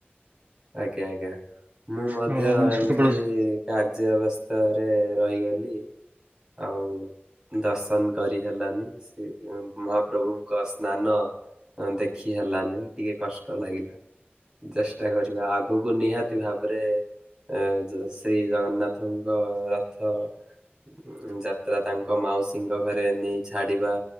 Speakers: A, on the right; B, on the right.
A: ଆଜ୍ଞା ଆଜ୍ଞା ମୁଁ ମଧ୍ୟ
B: ତ
A: ଏମିତି
B: ମୁଁ ସେ କେବଳ
A: କାର୍ଯ୍ୟ ଅବସ୍ଥାରେ ରହିଗଲି ଆଉ ଦର୍ଶନ କରି ହେଲାନି ସେ ମହାପ୍ରଭୁଙ୍କ ସ୍ନାନ ହ ଦେଖି ହେଲାନି ଟିକେ କଷ୍ଟ ଲାଗିଲା ଚେଷ୍ଟା କରି ଭେଟିବା ଆଗକୁ ନିହାତି ଭାବରେ ଏ ଯୋ ଶ୍ରୀ ଜଗନ୍ନାଥଙ୍କ ରଥ ଉମ ଯାତ୍ରା ତାଙ୍କ ମାଉସୀଙ୍କ ଘରେ ନେଇ ଛାଡିବା।